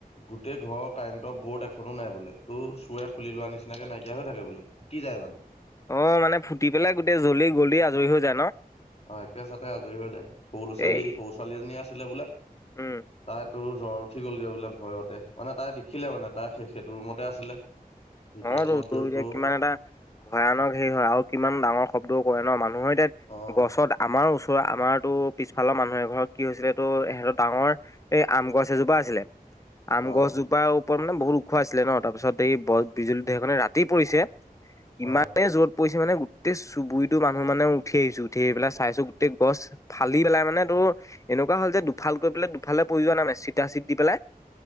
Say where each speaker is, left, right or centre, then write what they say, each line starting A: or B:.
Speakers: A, on the left; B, on the left.
A: গোটেই ঘৰৰ কাৰেণ্টৰ বৰ্ড এখনো নাই বোলে তো চোৰে খুলি লোৱা নিচিনাকে নাইকিয়া হৈ থাকে বোলে। কি যায় মানে।
B: অ মানে ফুটি পেলাই গোটেই জ্বলি গলি আজৰি হৈ যায় ন।
A: অ একে চাতে আজৰি হৈ যায় সৰু ল'ৰা ছোৱালী
B: এই
A: সৰু ছোৱালীজনী আছিলে বোলে।
B: উম।
A: তাই তোৰ জ্বৰ উঠি গ'লগৈ বোলে ভয়তে মানে তাই দেখিলে মানে তাই সেইটো ৰুমতে আছিলে। ভিতৰ
B: অ
A: ৰুমত
B: ৰ টো
A: য'ত
B: এতিয়া
A: তোৰ
B: কিমান এটা। ভয়ানক হেৰি হয় আৰু কিমান ডাঙৰ শব্দও কৰে ন মানুহৰ এতিয়া
A: অ'
B: গছৰ দা। আমাৰ ওচৰৰ আমাৰতো পিছফালৰ মানুহে ঘৰত কি হৈছিলেটো হেহঁতৰ ডাঙৰ। এই আম গছ এজোপা আছিলে। আম
A: অ'
B: গছজোপাৰ ওপৰত মানে বহুত ওখোৱা আছিলে ন তাৰপিছত এই বিজুলী ধেৰেকণি ৰাতি পৰিছে। ইমানে
A: অ'
B: জত। প পৰিছে মানে গোটেই চুবুৰিতো মানুহ মানে উঠি আহিছো উঠি আহিলাই চাইছো গোটেই গছ। ফালি পেলাই মানে তুৰ। এনেকুৱা হ'ল যে দুফাল কৰি পেলাই দুফালে প্ৰয়োজন নমে চিতা চিট দি পেলাই।